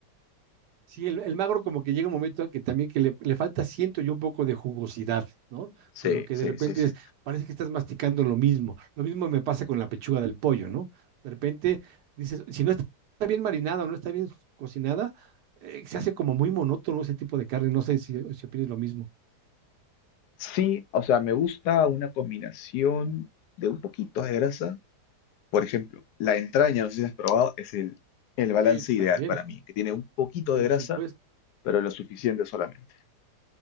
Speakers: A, on the right; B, on the left.
A: Sí, el, el magro como que llega un momento a que también que le, le falta, siento yo, un poco de jugosidad, ¿no?
B: Sí,
A: Como que
B: sí,
A: de repente
B: sí, sí.
A: es- parece que estás masticando lo mismo. Lo mismo me pasa con la pechuga del pollo, ¿no? De repente dices, si no está está bien marinada o no está bien cocinada, eh, se hace como muy monótono ese tipo de carne. No sé si, si opinas lo mismo.
B: Sí, o sea, me gusta una combinación de un poquito de grasa. Por ejemplo, la entraña, no sé si has probado, es el, el balance
A: Sí,
B: ideal
A: también,
B: para mí, que tiene un poquito
A: por
B: de grasa,
A: supuesto.
B: pero lo suficiente solamente.